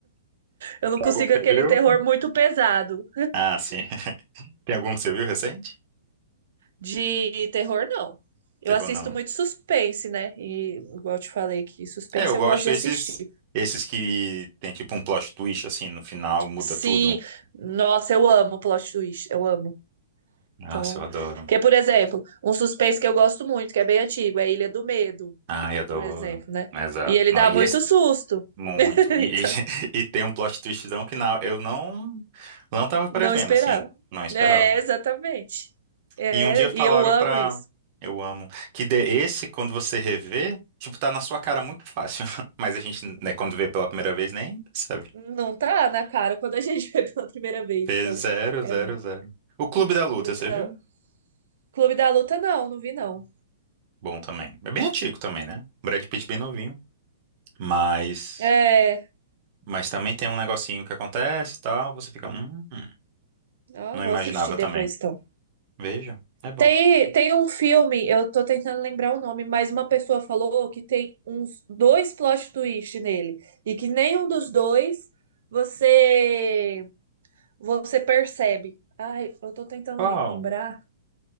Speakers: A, on the right (about 55°); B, on the right (about 30°).
A: Eu não
B: Tem
A: consigo
B: algum que
A: aquele
B: você viu?
A: terror muito pesado.
B: Ah, sim. <laughs> Tem algum que você viu recente?
A: De terror, não. Eu
B: Terror
A: assisto
B: não. né?
A: muito suspense, né? E igual eu te falei que suspense
B: É, eu gosto
A: eu gosto de
B: esses
A: assistir.
B: esses que tem tipo um plot twist assim no final, muda
A: Sim,
B: tudo.
A: nossa, eu amo plot twist, eu amo.
B: Nossa,
A: Então,
B: eu adoro.
A: que por exemplo, um suspense que eu gosto muito, que é bem antigo, é Ilha do Medo.
B: Ai, adoro.
A: por exemplo, né?
B: Exato.
A: E ele
B: Não,
A: dá
B: e
A: muito
B: esse
A: susto.
B: muito.
A: <laughs>
B: E,
A: Então,
B: e, <laughs> e tem um plot twistzão que não, eu não não tava prevendo
A: não esperava.
B: assim, não esperava.
A: É, exatamente. É,
B: E um dia falaram
A: e eu amo
B: pra
A: isso.
B: eu amo que dê esse quando você rever, tipo tá na sua cara muito fácil, <laughs> mas a gente, né, quando vê pela primeira vez nem sabe.
A: Não tá na cara quando a gente <laughs> vê pela primeira vez.
B: p
A: Então,
B: zero
A: é
B: zero
A: bom.
B: zero. O Clube da Luta,
A: Então,
B: você viu?
A: Clube da Luta, não, não vi, não.
B: Bom também. É bem antigo também, né? Brad Pitt bem novinho. Mas,
A: É.
B: mas também tem um negocinho que acontece e tal. Você fica. Hum, hum."
A: Ó,
B: não
A: vou
B: imaginava
A: assistir depois,
B: também.
A: então.
B: Veja, é bom.
A: Tem, tem um filme, eu tô tentando lembrar o nome, mas uma pessoa falou que tem uns dois plot twist nele. E que nenhum dos dois você Você percebe. Ai, eu tô tentando
B: Qual?
A: lembrar.